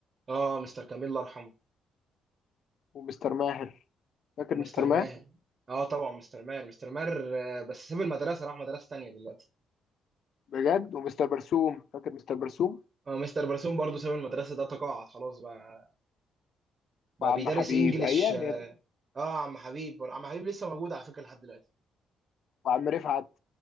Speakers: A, on the right; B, on the left.
A: اه مستر كميل الله يرحمه
B: ومستر ماهر فاكر
A: ومستر
B: مستر ماهر
A: ماهر اه طبعا مستر ماهر مستر ماهر آه، بس ساب المدرسه راح مدرسه تانيه دلوقتي
B: بجد ومستر برسوم فاكر مستر برسوم
A: اه مستر برسوم برضه ساب المدرسه ده تقاعد خلاص بقى بقى
B: وعم
A: بيدرس
B: حبيب
A: انجليش
B: ايام
A: اه
B: يا ابني
A: آه، عم حبيب عم حبيب لسه موجود على فكره لحد دلوقتي
B: وعم رفعت